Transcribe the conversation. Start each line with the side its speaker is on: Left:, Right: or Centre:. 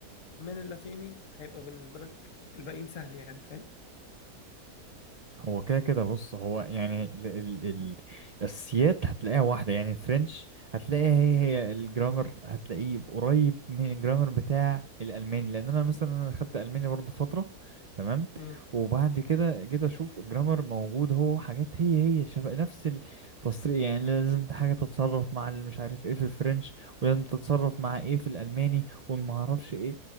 Left: من اللاتيني هيبقى بالنسبة لك الباقيين سهل يعني فاهم
Right: هو كده كده بص هو يعني ال ال ال السيات هتلاقيها واحدة يعني الفرنش هتلاقيها هي هي الجرامر هتلاقيه قريب من الجرامر بتاع الألماني لأن أنا مثلا أنا خدت ألماني برضه فترة تمام
Left: امم
Right: وبعد كده جيت أشوف الجرامر موجود هو حاجات هي هي شبه نفس التصريف يعني لازم حاجة تتصرف مع اللي مش عارف ايه في الفرنش ولازم تتصرف مع ايه في الألماني ومعرفش ايه